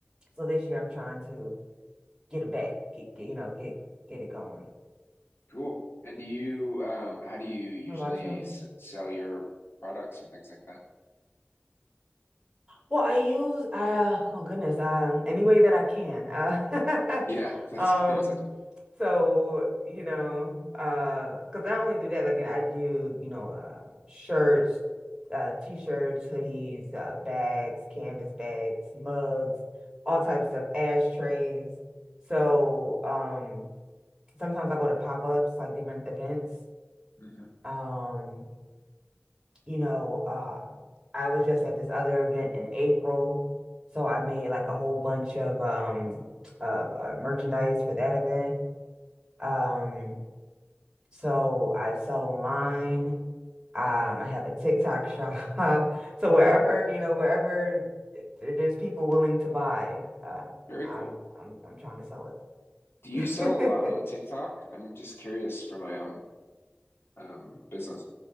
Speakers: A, on the right (about 20°); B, on the left (about 75°).
A: so this year I'm trying to get it back, get, get you know get get it going.
B: cool. And do you um, how do you usually
A: What about you?
B: s sell your products and things like that?
A: Well, I use uh oh goodness, um any way that I can. Uh
B: Yeah, <laughs> that's
A: <laughs> um
B: a good answer.
A: so you know uh because not only do that like I do you know uh shirts, uh t-shirts, hoodies, uh bags, canvas bags, mugs, all types of stuff, ashtrays. So um sometimes I go to pop-ups like different events.
B: hmm
A: Um you know, uh, I was just at this other event in April, so I made like a whole bunch of um of uh, merchandise for that event. Um, so I sell online. Um, I have a TikTok shop. <laughs> So wherever, you know, wherever there- there's people willing to buy, um,
B: Very
A: I'm
B: cool.
A: I'm I'm trying to sell it.
B: Do you sell a lot on TikTok?
A: <laughs>
B: I'm just curious for my own. um business.